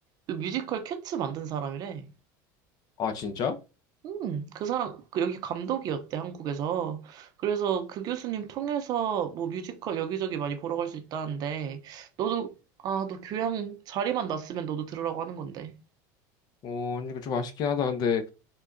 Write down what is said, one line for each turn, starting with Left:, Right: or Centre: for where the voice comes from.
Right: 그 뮤지컬 캣츠 만든 사람이래.
Left: 아 진짜?
Right: 음, 그 사람, 그 여기 감독이었대, 한국에서. 그래서 그 교수님 통해서 뭐 뮤지컬 여기저기 많이 보러 갈 수 있다는데, 너도, 아, 너 교양 자리만 났으면 너도 들으라고 하는 건데.
Left: 어 이거 좀 아쉽긴 하다. 근데